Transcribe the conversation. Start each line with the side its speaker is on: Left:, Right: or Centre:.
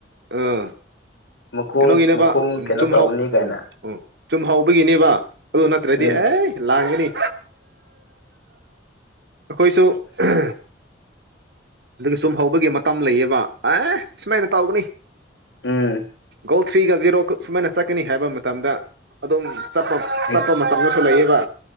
Right: ꯑꯥ
Left: ꯃꯈꯣꯡ
Right: ꯀꯩꯅꯣꯒꯤꯅꯦꯕ
Left: ꯃꯈꯣꯡ
Right: ꯎꯝ
Left: ꯀꯩꯅꯣ
Right: ꯆꯨꯝꯍꯧ
Left: ꯇꯧꯒꯅꯤ ꯀꯥꯏꯅ
Right: ꯎꯝ ꯎꯝ ꯆꯨꯝꯍꯧꯕꯒꯤꯅꯦꯕ ꯑꯗꯨ ꯅꯠꯇ꯭ꯔꯗꯤ
Left: ꯎꯝ
Right: ꯑꯦ ꯂꯥꯡꯒꯅꯤ ꯑꯈꯣꯏꯁꯨ ꯑꯝ ꯑꯗꯨꯒ ꯁꯨꯝ ꯍꯧꯕꯒꯤ ꯃꯇꯝ ꯂꯩꯑꯦꯕ ꯑꯦ ꯁꯨꯃꯥꯏꯅ ꯇꯧꯒꯅꯤ
Left: ꯎꯝ
Right: ꯒꯣꯜ ꯊ꯭ꯔꯤꯒ ꯖꯦꯔꯣꯀꯥ ꯁꯨꯃꯥꯏꯅ ꯆꯠꯀꯅꯤ ꯍꯥꯏꯕ ꯃꯇꯝꯗ ꯑꯗꯨꯝ ꯆꯠꯄ
Left: ꯍꯦꯛ
Right: ꯆꯠꯄ ꯃꯇꯝꯗꯇ ꯂꯩꯌꯦꯕ